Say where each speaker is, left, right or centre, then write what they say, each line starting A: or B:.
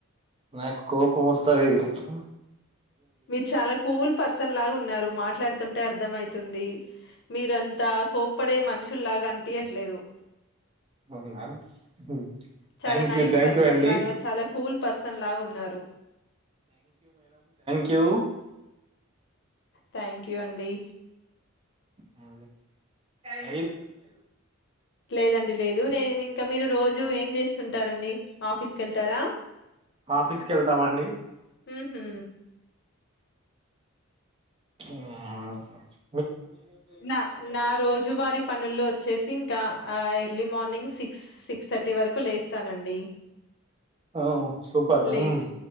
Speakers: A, on the right (about 25°); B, on the left (about 60°).
A: నక్ కోపం ఓస్ సరే ఇగా అమ్మ
B: మీరు చాలా కూల్ పర్సన్ లాగా ఉన్నారు. మాట్లాడుతుంటే అర్థం అయితు తుంది మీరంతా కోప్పడే మనుషుల్లాగా అనిపియట్లేరు.
A: అవున ఉహ్
B: చాలా
A: thank
B: nice
A: you thank
B: person
A: you అండి.
B: లాగా చాలా కూల్ పర్సన్ లాగా ఉన్నారు.
A: క్యూ
B: థ్యాంక్ యూ అండి.
A: హా నైన్త్
B: లేదండి లేదు. దు నేన్ ఇంకా మీరు రోజు ఏం చేస్తుంట్ ఉంటారండి. ఆఫీస్ కేళ్తారా.
A: ఆఫీస్కి వెళ్తామండి.
B: ఉహు
A: ఆహ్
B: నా నా రోజు వారి పనుల్లో చేేసింకా early morning six six thirty వరకు లేస్తానండి.
A: ఓ, సూపర్
B: లేసి
A: ఉమ్.